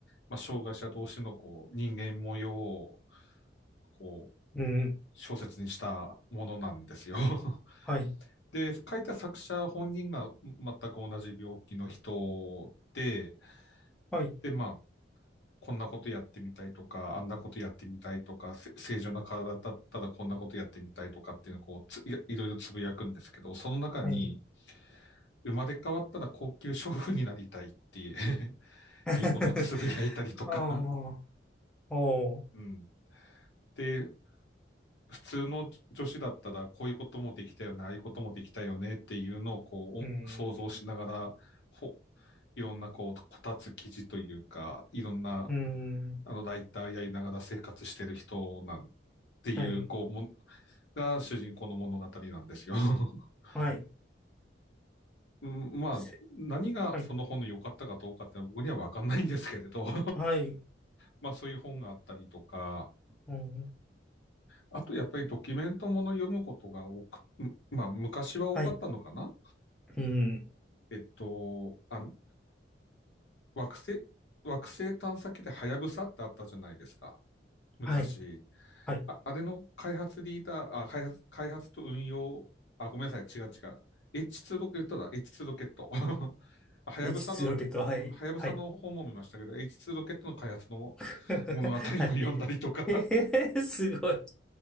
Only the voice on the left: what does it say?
まあ、障害者同士のこう人間模様をこう
小説にしたものなんですよ。<laughs>
で、書いた作者本人が全く同じ病気の人で、
で、まあ、こんなことやってみたいとか、あんなことやってみたいとか、せ正常な体だったらこんなことやってみたいとかっていうのをこうついやいろいろつぶやくんですけど、その中に、
生まれ変わったら高級娼婦になりたいっていう <laughs>
いうことをつぶやいたりとか。
<laughs> うん。で、普通の女子だったらこういうこともできたよね、ああいうこともできたよねっていうのをこう想像しながら、
ほいろんなこう、こたつ記事というか、いろんな
あのライターやりながら生活してる人なんていう、
こう、もが主人公の物語なんですよ。<laughs>
うんまあ、
何がその本の良かったかどうかって僕には分かんないんですけれど。
まあそういう本があったりとか、
あとやっぱりドキュメントもの読むことが多く、んまあ昔は多かったのかな
えっと、あの、惑星、惑星探査機でハヤブサってあったじゃないですか、昔。
あ、あれの開発リーダー、あ、開発、開発と運用、あ、ごめんなさい、違う違う。H2 ロケットだ、H2 ロケット。<laughs> はやぶさの、
うん、はやぶさの本も見ましたけど、
H2 ロケットの開発の
<laughs> 物語も読んだりとか